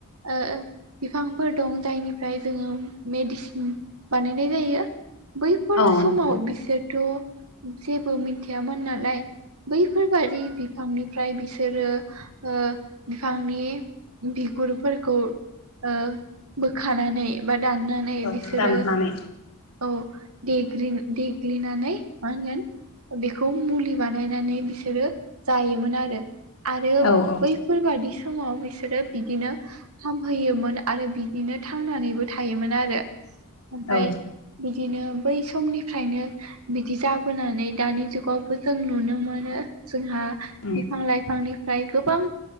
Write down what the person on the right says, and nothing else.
ओ बिफांफोर दं जायनिफ्राय जोङो मेडिसिन बानायनाय जायो। बैफोर
समाव
बिसोरथ' जेबो मिथियामोन नालाय बैफोरबादि बिफांनिफ्राय बिसोरो ओ बिफांनि बिगुरफोरखौ ओ बोखानानै बा दाननानै
बिसोरो
औ देग्रिन देग्लिनानै मा होनगोन। बेखौ मुलि बानायनानै बिसोरो जायोमोन आरो आरो
बेफोर बादि समाव बिसोरो बिदिनो हामहैयोमोन आरो बिदिनो थांनानैबो थायोमोन आरो ओमफाय
बिदिनो बै समनिफ्रायनो बिदि जाबोनानै दानि जुगाव जों नुनो मोनो जोंहा
बिफां लाइफांनिफ्राय गोब बां